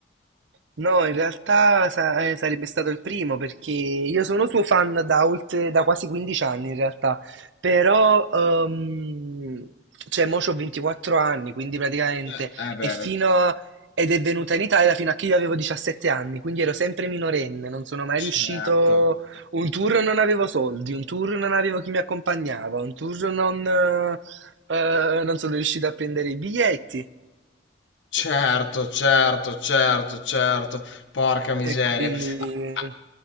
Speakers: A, on the right (about 70°); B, on the left (about 75°).
A: No, in realtà sa- eh, sarebbe stato il primo perché io sono suo fan da oltre, da quasi 15 anni in realtà, però ehm, cioè mo c'ho 24 anni, quindi praticamente
B: Cioè, Eh beh,
A: e fino a- ed è venuta in Italia fino a che io avevo 17 anni, quindi ero sempre minorenne, non sono mai
B: certo.
A: riuscito, un tour non avevo soldi, un tour non avevo chi mi accompagnava, un tour non eh, eh, non sono riuscito a prendere i biglietti
B: Certo, certo, certo, certo. Porca miseria.
A: e quindi
B: A- a-